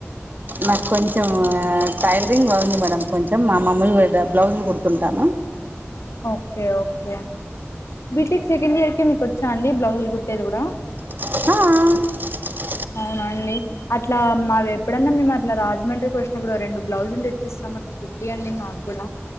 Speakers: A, on the right; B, on the left.
A: నాకు కొంచెం టైలరింగ్ బాగుంది మేడం కొంచెం మా మమ్మలుగా బ్లౌజులు కుడుతుంటాను
B: okay okay BTech second year కె మీకు వచ్చా అండి బ్లౌజులు కుట్టేది కూడా
A: ఆ
B: అవునండి అట్లా మావి ఎప్పుడన్నా మిమ్ ఇట్లా రాజమండ్రికి వచ్చినప్పుడు రెండు బ్లౌజులు తెచ్చిస్తాం అట్లా కుట్టియండి మాకు కూడా